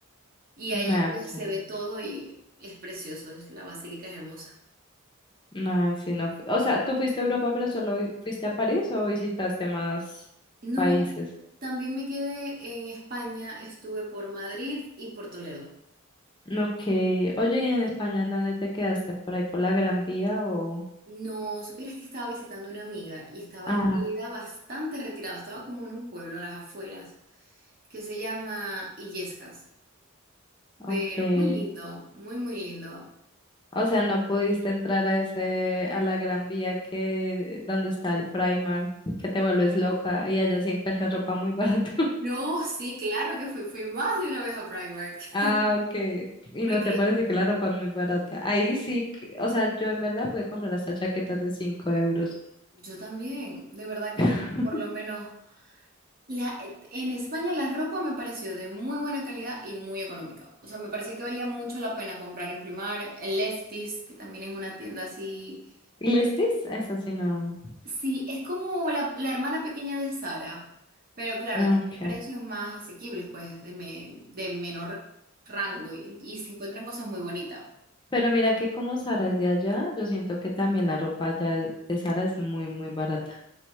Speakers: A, on the right; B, on the left.
A: y
B: No,
A: ahí pues,
B: sí
A: se
B: no.
A: ve todo y es precioso, es- la basílica es hermosa.
B: No, sí no. fu- O sea, ¿tú fuiste a Europa, pero solo vi- fuiste a París o visitaste más
A: No,
B: países?
A: también me quedé en España, estuve por Madrid y por Toledo.
B: Ok. Oye, ¿y en España en dónde te quedaste? ¿Por ahí por la Gran Vía o...?
A: No, supieras que estaba visitando una amiga y estaba
B: Ah,
A: en realidad bastante retirada, estaba como en un pueblo a las afueras que se llama Illescas,
B: ok.
A: pero muy lindo, muy, muy lindo.
B: O sea, no pudiste entrar a ese, a la Gran Vía que, donde está el Primark, que te vuelves loca y allá sí encuentras ropa muy <laughs> barata.
A: No, sí, claro que fui, fui más de una vez a Primark,
B: Ah,
A: <laughs> porque
B: ok. Y
A: porque
B: no te parece que la ropa es muy barata. Ahí sí, que- o sea, yo en verdad pude comprar hasta chaquetas de cinco euros.
A: yo también, de verdad que
B: <laughs>
A: por lo menos la, eh, en España la ropa me pareció de muy buena calidad y muy económica. O sea, me parecía que valía mucho la pena comprar en Primark, en Lefties, que también es una tienda así
B: ¿Listis? Eso sí, no.
A: Sí, es como la, la hermana pequeña de Sara, pero claro,
B: Ah,
A: tiene
B: Ok.
A: precios más asequibles, pues de, me- de menor rango y, y se encuentran cosas muy bonitas.
B: Pero mira que como Sara es de allá, yo siento que también la ropa allá de Sara es muy, muy barata.